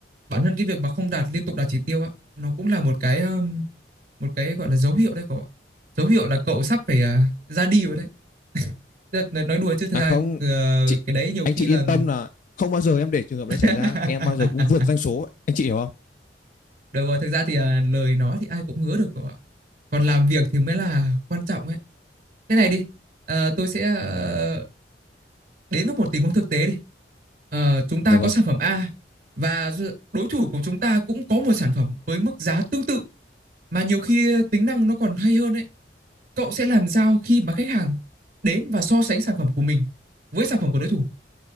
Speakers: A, on the right; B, on the left.
A: bản thân cái việc mà không đạt liên tục đạt chỉ tiêu á nó cũng là một cái ờm, một cái gọi là dấu hiệu đấy cậu ạ dấu hiệu là cậu sắp phải ờ, ra đi rồi đấy Tức là nói, nói đùa chứ thực
B: À
A: ra
B: không,
A: ờ,
B: chị
A: cái đấy nhiều
B: anh
A: khi
B: chị
A: là
B: yên tâm là không bao giờ em để trường hợp đấy xảy
A: <laughs>
B: ra, em bao giờ cũng vượt doanh số, anh chị hiểu không?
A: được rồi thực ra thì ờ, lời nói thì ai cũng hứa được cậu ạ còn làm việc thì mới là quan trọng ấy thế này đi ờ, tôi sẽ ờ, đến với một tình huống thực tế đi Ờ, chúng ta
B: Dạ
A: có
B: vâng.
A: sản phẩm A và dự- đối thủ của chúng ta cũng có một sản phẩm với mức giá tương tự mà nhiều khi tính năng nó còn hay hơn ấy cậu sẽ làm sao khi mà khách hàng đến và so sánh sản phẩm của mình với sản phẩm của đối thủ